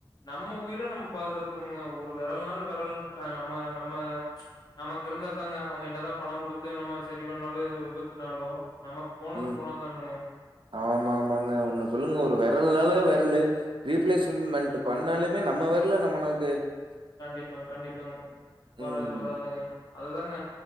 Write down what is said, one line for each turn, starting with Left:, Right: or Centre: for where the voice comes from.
Left: நம்ம உயிர நம்ம பாதுகாத்துக்கணுங்க ஒரு வெரல் நாளு வெரல் நம்ம நம்ம நமக்கு இருந்தா தாங்க அவுங்க என்னதா பண குடுத்து நம்ம சரிவண்ணாலு ஏத விபத்துனாலு நமக்கு போனது
Right: உம்
Left: போனது தானங்க.
Right: ஆமா ஆமாங்க ஒன்னு சொல்லுங்க ஒரு வெர வெரலுனால வெரலு ரீப்ளேஸ்மெண்ட் பண்ணாலுமே நம்ம வெரலு நம்மள வந்து
Left: கண்டிப்பாங்க கண்டிப்பாங்க வராது
Right: ம்
Left: வராதுங்க அதுதாங்க